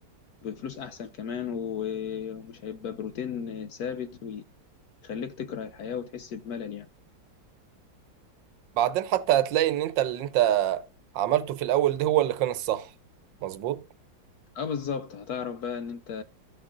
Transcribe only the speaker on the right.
بعدين حتى هتلاقي ان انت اللي انت عملته في الاول ده هو اللي كان الصح مظبوط